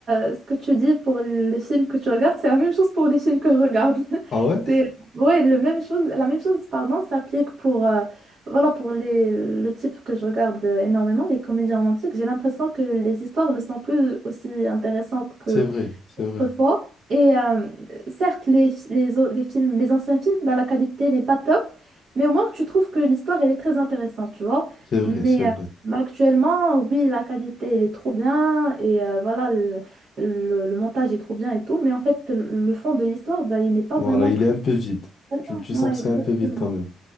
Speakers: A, on the right; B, on the left.
A: euh, ce que tu dis pour les films que tu regardes, c'est la même chose pour les films que je regarde. <laughs>
B: Ah ouais?
A: C'est ouais, le même chose, la même chose, pardon, s'applique pour euh, voilà pour les le type que je regarde euh, énormément, les comédies romantiques. J'ai l'impression que les histoires ne sont plus aussi intéressantes que.
B: C'est vrai, c'est vrai,
A: autrefois. Et euh, certes, les, les, au- les films, les anciens films, bah, la qualité n'est pas top, mais au moins que tu trouves que l'histoire, elle est très intéressante, tu vois.
B: c'est vrai,
A: Mais
B: c'est vrai.
A: euh, bah, actuellement, oui, la qualité, elle est trop bien, et euh, voilà, le, le, le montage est trop bien et tout, mais en fait, le fond de l'histoire, bah, il n'est pas
B: Voilà,
A: vraiment
B: il
A: très...
B: est un peu vide.
A: intéressant.
B: Tu, tu
A: Ouais,
B: sens que c'est
A: exactement.
B: un peu vide quand même.